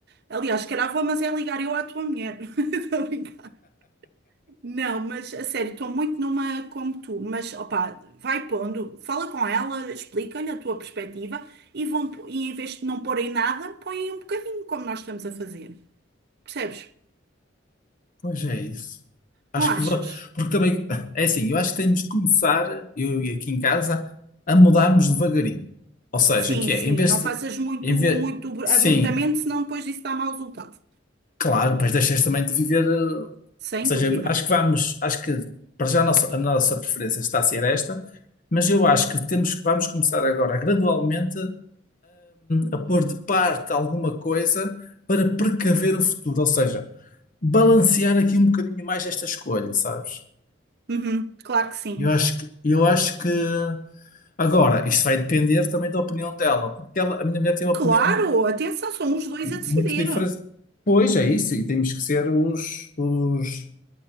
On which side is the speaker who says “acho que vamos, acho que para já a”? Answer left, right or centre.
Left